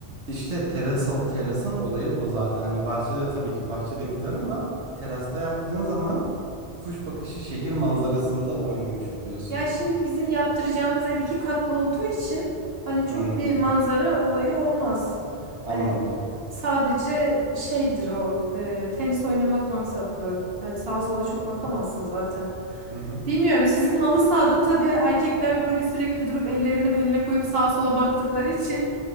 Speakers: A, on the right; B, on the right.
A: İşte teras, ol- terasın olayı o zaten. Hani bahçede tabii ki bahçede güzel ama terasta yaptığın zaman kuş bakışı şehir manzarasında oynamış oluyorsun.
B: Ya şimdi bizim yaptıracağımız ev iki katlı olduğu için hani çok
A: Hmm,
B: bir manzara olayı olmaz. Hani
A: anladım.
B: sadece şeydir o e, tenis oynamak maksatlı. Hani sağa sola çok
A: Hı
B: bakamazsın
A: hı.
B: zaten.
A: Hı hı.
B: Bilmiyorum sizin halı sahada tabii erkekler böyle sürekli durup ellerini beline koyup sağa sola baktıkları için